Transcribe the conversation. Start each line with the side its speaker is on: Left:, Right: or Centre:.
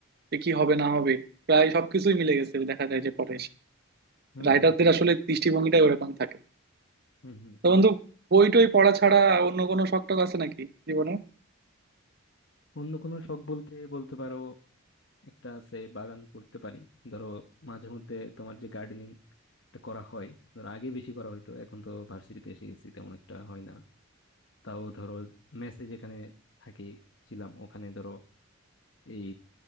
Right: যে কি হবে না হবে প্রায় সবকিছুই মিলে গেছে দেখা যায় যে পরে এসে।
Left: হুম
Right: রাইটারদের
Left: হুম
Right: আসলে দৃষ্টিভঙ্গিটাই ওরকম থাকে
Left: হুম হুম
Right: তো
Left: ওদের
Right: বন্ধু বই টই পড়া ছাড়া অন্য কোনো শখ টখ আছে নাকি জীবনে
Left: অন্য কোনো শখ বলতে বলতে পারো একটা আছে বাগান করতে পারি ধরো মাঝে মধ্যে তোমার যে গার্ডেনিং করা হয় ধরো আগে বেশি করা হইতো এখন তো ভার্সিটিতে এসে গেছি তেমন একটা হয় না তাও ধরো মেসে যেখানে থাকি ছিলাম ওখানে ধরো এই